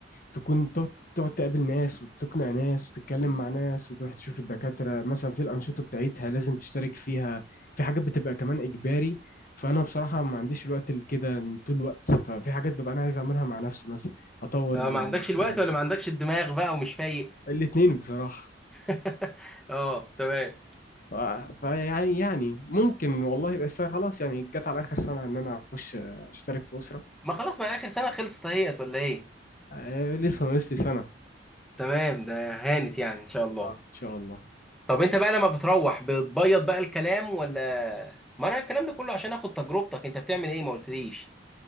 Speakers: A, on the left (about 50°); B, in the centre.
A: تكون تقعد تقعد تقابل ناس وتقنع ناس وتتكلم مع ناس وتروح تشوف الدكاترة مثلا في الأنشطة بتاعتها لازم تشترك فيها في حاجات بتبقى كمان إجباري فأنا بصراحة ما عنديش الوقت لكده طول الوقت ففي حاجات ببقى أنا عايز أعملها مع نفسي مثلا أطور
B: اه ما عندكش
A: حاجة
B: الوقت ولا ما عندكش الدماغ بقى ومش فايق
A: الاتنين بصراحة
B: <laughs> اه تمام
A: ف- فيعني يعني يعني ممكن والله بس خلاص يعني جت على آخر سنة إن أنا أخش أشترك في أسرة
B: ما خلاص ما اخر سنه خلصت اهيت ولا ايه
A: آه، لسه ناقص لي سنة
B: تمام ده هانت يعني ان شاء الله
A: اه ان شاء الله
B: طب انت بقى لما بتروح بتبيض بقى الكلام ولا ما انا الكلام ده كله عشان اخد تجربتك انت بتعمل ايه ما قلتليش